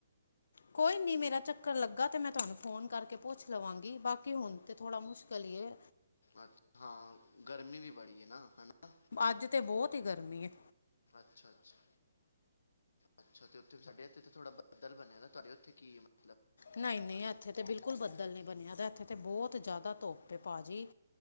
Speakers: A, on the left; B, on the left.
A: ਕੋਈ ਨੀ, ਮੇਰਾ ਚੱਕਰ ਲੱਗਾ ਤੇ ਮੈਂ ਤੁਹਾਨੂੰ ਫੋਨ ਕਰਕੇ ਪੁੱਛ ਲਵਾਂਗੀ। ਬਾਕੀ ਹੁਨ ਤੇ ਥੋੜਾ ਮੁਸ਼ਕ ਇਲ ਈ ਏ।
B: ਅੱਛ ਹਾਂ, ਗਰਮੀ ਵੀ ਬੜੀ ਨਾ, ਹੈਨਾ।
A: ਅੱਜ 'ਤੇ, ਬਹੁਤ ਈ ਗਰਮੀ ਏ।
B: ਅੱਛਾ- ਅੱਛਾ। ਅੱਛਾ ਤੇ ਉੱਥੇ ਸਾਡੇ ਇੱਥੇ, ਇਥੇ ਥੋੜਾ ਬਦੱਲ ਬਨਿਆ ਦੈ, ਤੁਹਾਡੇ ਉੱਥੇ ਕੀ ਏ? ਮ
A: ਨਈ - ਨਈ, ਐੱਥੇ ਤੇ ਬਿਲਕੁਲ ਬੱਦਲ
B: ਦੀ
A: ਨੀ ਬਣਿਆ ਦਾ। ਐੱਥੇ ਤੇ ਬਹੁਤ ਜ਼ਿਆਦਾ ਧੁੱਪ ਏ, ਭਾਜੀ।